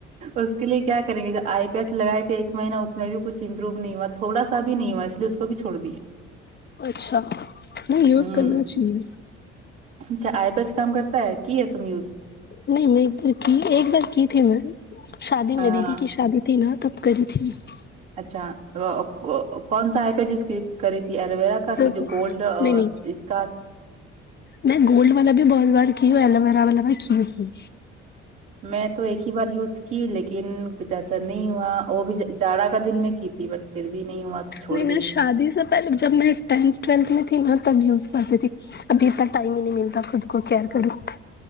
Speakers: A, on the right; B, on the left.
A: اس کے لیے کیا کریں گے جب آے پیسے لگائے تھے ایک مہینہ اس میں بھی کچھ امپروو نہیں ہوا تھوڑا سا بھی نہیں ہوا اس لیے اس کو بھی چهو ڑ دئے
B: اچھا نہیں یوز
A: ہوں
B: کرنا چاہیے
A: اچھا آئی پیس کام کرتا ہے کئے تم یوز
B: نہیں میں ایک بار کی ایک بار کی تھی میں شادی
A: ہاں
B: میں دیدی کی شادی تھی نہ تب کری تھی میں
A: اچھاک کون سا آئ پیج یوز کری تھی ایلوویرا کا کا
B: میں
A: کہ
B: نہیں
A: جو گولڈ
B: نہیں
A: اس کا
B: میں گولڈ والا بھی بہت بار کی ہوں ایلویرا والا بھی کی ہوں
A: میں تو ایک ہی بار یوز کی لیکن کچھ ایسا نہیں ہوا وہ بھی جاڑا کا دن میں کی تھی بٹ پھر بھی نہیں ہوا چھوڑ
B: نہیں
A: دیے
B: میں شادی سے پہلے جب میں ٹینتھ ٹویلتھ میں تھی نہ تب یوز کرتی تھی ابھی تک ٹائم ہی نہیں ملتا خود کو کیئر کروں